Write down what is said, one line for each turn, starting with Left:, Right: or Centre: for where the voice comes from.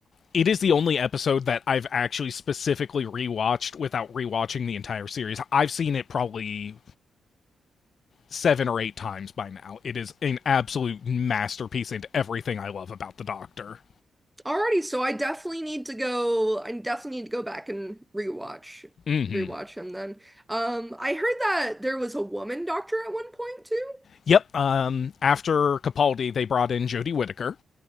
Left: it is the only episode that I've actually specifically rewatched without rewatching the entire series. I've seen it probably seven or eight times by now. It is an absolute masterpiece into everything I love about the Doctor.
Centre: Alrighty, so I definitely need to go. I definitely need to go back and rewatch
Left: Mm-hmm.
Centre: rewatch him then. Um, I heard that there was a woman doctor at one point too.
Left: Yep. Um, after Capaldi, they brought in Jodie Whittaker.